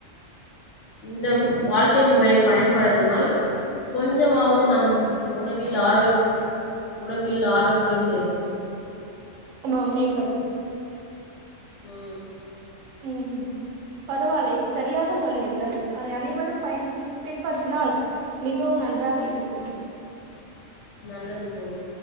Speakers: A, on the left; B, on the right.
A: இந்த
B: சேரி
A: வாழ்க்கை
B: சேரி
A: முறை பயன்படுத்தனால் கொஞ்சமாவது நம் உணவில் ஆரோக்கியம் உடம்பில் ஆரோக்கியம் இருக்கும்
B: ஆமாம் மெயின் <unintelligible>
A: ம்
B: ம் பரவாலை சரியாக சொன்னீர்கள் அதை அனைவரும் பயன் பின்பற்றினால் மிகவும் நன்றாக இருக்கும்
A: நல்லது தோழி